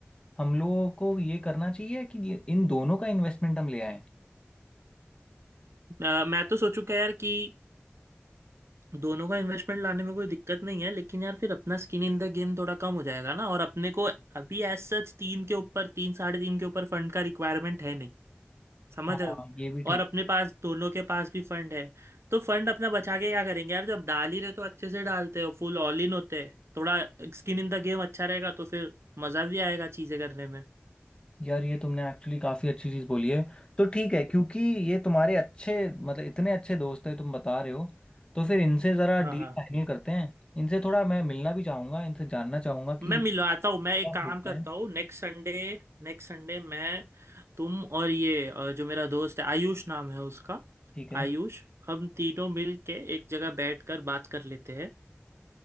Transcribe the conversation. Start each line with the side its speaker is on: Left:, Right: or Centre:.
Left: हम लोगों को ये करना चाहिए कि ये- इन दोनों का इन्वेस्टमेंट हम ले आए
Right: अ, मैं तो सोचू क्या यार कि दोनों का इन्वेस्टमेंट लाने में कोई दिक्कत नहीं है लेकिन यार फिर अपना स्किन इन द गेम थोड़ा कम हो जाएगा ना और अपने को अभी एज सच तीन के ऊपर तीन साढ़े तीन के ऊपर फंड का रिक्वायरमेंट है समझ
Left: हाँ
Right: रहे हो
Left: ये भी
Right: और
Left: ठीक
Right: अपने पास दोनों के पास भी फंड है तो फंड अपना बचा के क्या करेंगे यार जब डाल ही रहे तो अच्छे से डालते हो फुल ऑल इन होते हैं थोड़ा स्किन इन द गेम अच्छा रहेगा तो फिर मजा भी आएगा चीजें करने में
Left: यार ये तुमने एक्चुअली काफ़ी अच्छी चीज़ बोली है तो ठीक है क्योंकि ये तुम्हारे अच्छे मतलब इतने अच्छे दोस्त हैं तुम बता रहे हो तो फिर इनसे ज़रा
Right: हाँ
Left: डील
Right: हाँ
Left: फाइनल करते हैं इनसे थोड़ा मैं मिलना भी चाहूँगा इनसे जानना चाहूँगा
Right: मैं
Left: कि
Right: मिलवाता हूँ
Left: क्या
Right: मैं एक
Left: सोचते
Right: काम करता
Left: हैं
Right: हूँ नेक्स्ट संडे नेक्स्ट संडे मैं तुम और ये अ, जो मेरा दोस्त है आयुष नाम है उसका
Left: ठीक है
Right: आयुष हम तीनों मिल के एक जगह बैठ कर बात कर लेते हैं